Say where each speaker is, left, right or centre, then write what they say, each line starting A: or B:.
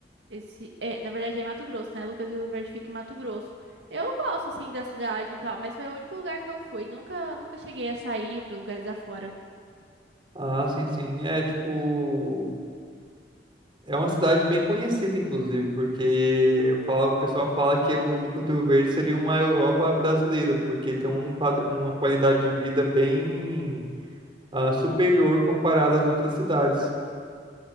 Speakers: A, on the right (about 75°); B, on the right (about 30°).
A: esse, é, na verdade, é em Mato Grosso, né? Lucas do Rio Verde fica em Mato Grosso. Eu gosto, assim, da cidade e tal, mas foi o único lugar que eu fui. Nunca, nunca cheguei a sair para lugares afora.
B: Ah, sim, sim. É, tipo... É uma cidade bem conhecida, inclusive, porque fala- o pessoal fala que o Lucas do Rio Verde seria uma Europa brasileira, porque tem um pad- uma qualidade de vida bem ah, superior comparada às outras cidades.